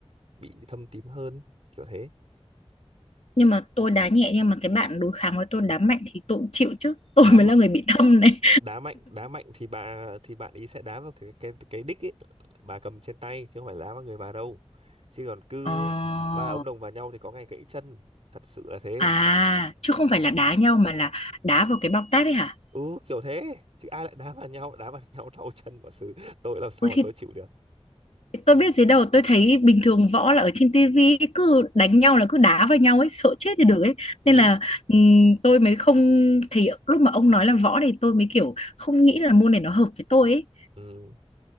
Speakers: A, on the right; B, on the left.
A: bị thâm tím hơn kiểu thế
B: nhưng mà tôi đá nhẹ nhưng mà cái bạn đối kháng với tôi đá mạnh thì tôi cũng chịu chứ <laughs> tôi
A: đá
B: mới
A: mạnh
B: là người bị thâm này
A: đá mạnh đá mạnh thì bà thì bạn ý sẽ đá vào cái cái cái đích ấy bà cầm trên tay chứ không phải đá vào người bà đâu chứ còn cứ
B: Ờ.
A: va ống đồng vào nhau thì có ngày gãy chân thật sự là thế
B: à chứ không phải là đá nhau mà là đá vào cái bọc tát đấy hả
A: ừ kiểu thế chứ ai lại đá vào nhau đá vào <laughs> nhau đau chân và xử tôi làm sao
B: ôi
A: mà
B: thì
A: tôi chịu được
B: Tôi biết gì đâu, tôi thấy bình thường võ là ở trên tivi cứ đánh nhau là cứ đá vào nhau ấy, sợ chết thì được ấy.
A: ừ,
B: Nên là ừm, tôi mới không thì lúc mà ông nói là võ thì tôi mới kiểu không nghĩ là môn này nó hợp với tôi ấy.
A: ừ.